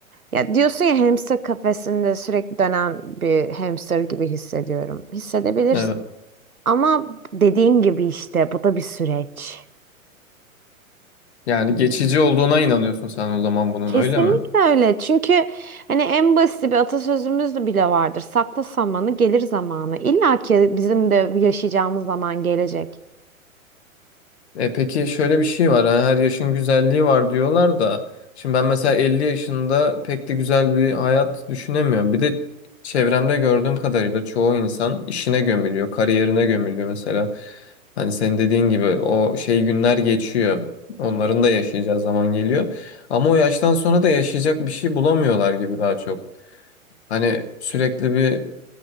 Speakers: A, on the right; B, on the left.
A: Ya diyorsun ya hamster kafesinde sürekli dönen bir hamster gibi hissediyorum. Hissedebilirsin.
B: evet.
A: Ama dediğin gibi işte bu da bir süreç.
B: Yani geçici olduğuna inanıyorsun sen o zaman bunun
A: Kesinlikle
B: öyle mi?
A: öyle. Çünkü hani en basit bir atasözümüz de bile vardır. Sakla samanı gelir zamanı. İlla ki bizim de yaşayacağımız zaman gelecek.
B: E peki şöyle bir şey var. hani her yaşın güzelliği var diyorlar da. Şimdi ben mesela 50 yaşında pek de güzel bir hayat düşünemiyorum. Bir de çevremde gördüğüm kadarıyla çoğu insan işine gömülüyor, kariyerine gömülüyor mesela. Hani senin dediğin gibi o şey günler geçiyor. Onların da yaşayacağı zaman geliyor. Ama o yaştan sonra da yaşayacak bir şey bulamıyorlar gibi daha çok. Hani sürekli bir